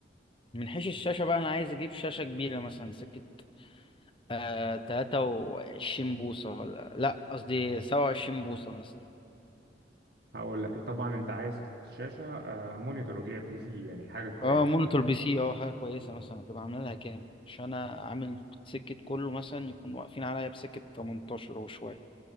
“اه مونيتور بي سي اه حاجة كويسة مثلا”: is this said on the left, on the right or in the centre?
Left